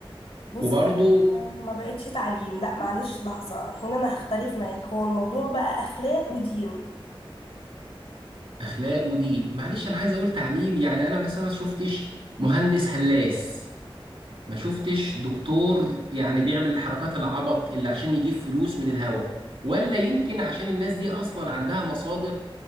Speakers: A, on the left; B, on the right.
A: بص
B: وبرضو
A: أنا ما بقتش تعليم لا معلش لحظة هنا أنا هختلف معاك هو الموضوع بقى أخلاق ودين
B: اخلاق ودين معلش انا عايز اقول تعليم يعني انا مثلا ما شفتش مهندس هلاس ما شفتش دكتور يعني بيعمل الحركات العبط اللي عشان يجيب فلوس من الهوا ولا يمكن عشان الناس دي اصلا عندها مصادر